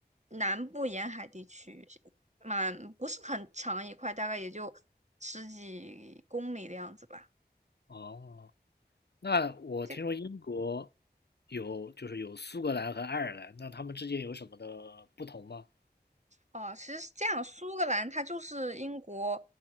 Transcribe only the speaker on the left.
哦。那我听说英国
有就是有苏格兰和爱尔兰，那他们之间有什么的不同吗？